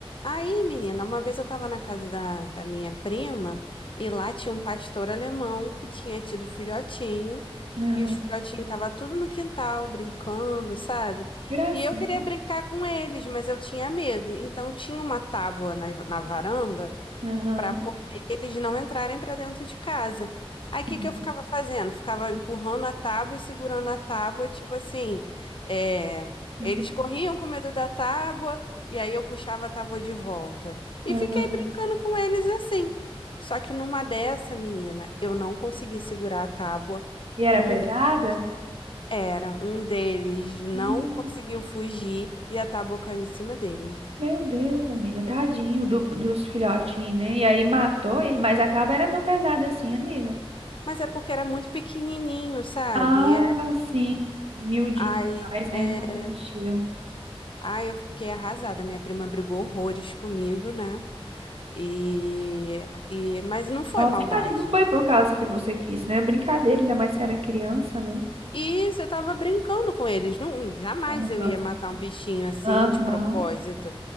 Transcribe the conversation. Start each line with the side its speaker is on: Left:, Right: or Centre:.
Left: Aí, menina, uma vez eu tava na casa da, da minha prima e lá tinha um pastor alemão que tinha tido filhotinho.
Right: aham.
Left: E os filhotinhos estavam tudo no quintal, brincando, sabe?
Right: Gracinha,
Left: E eu queria brincar com eles, mas eu tinha medo. Então tinha uma tábua na, na varanda
Right: aham,
Left: para poder eles não entrarem para dentro de casa. Aí
Right: sim,
Left: o que que eu ficava fazendo? Ficava empurrando a tábua e segurando a tábua, tipo assim, é,
Right: uhum,
Left: eles corriam com medo da tábua e aí eu puxava a tábua de volta. E
Right: aham.
Left: fiquei brincando com eles assim. Só que numa dessa, menina, eu não consegui segurar a tábua.
Right: E era
Left: Um
Right: pesada?
Left: deles era, um deles não
Right: Não.
Left: conseguiu fugir e a tábua caiu em cima dele.
Right: Meu Deus, amiga, tadinho do- dos filhotinhos, né? E aí matou ele, mas a tábua era tão pesada assim, amiga.
Left: Mas é porque era muito pequenininho, sabe?
Right: Ah, sim. Miudinho
Left: Ai,
Right: demais, né?
Left: é...
Right: Não existiu.
Left: Ai, eu fiquei arrasada. Minha prima brigou horrores comigo, né? E... e... Mas não foi
Right: Nossa,
Left: maldade.
Right: imagina, não foi por causa que você quis, né? Brincadeira, ainda mais se era criança, né?
Left: E eu tava brincando com eles. Não, jamais
Right: Tá na Nossa.
Left: eu ia matar um bichinho assim,
Right: Aham.
Left: de propósito.